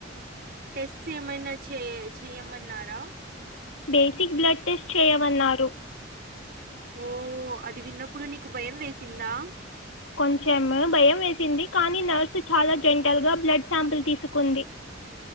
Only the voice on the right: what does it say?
టెస్ట్స్ ఏమైనా చే చెయమన్నారా
ఓ అది విన్నప్పుడు నీకు భయం వేసిందా